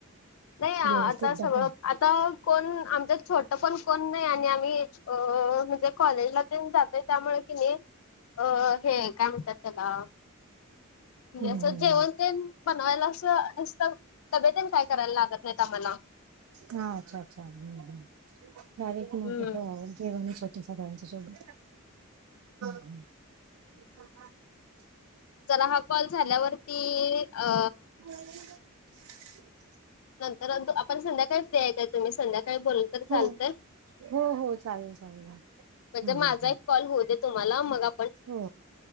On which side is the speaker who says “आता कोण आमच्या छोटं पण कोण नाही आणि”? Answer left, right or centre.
Left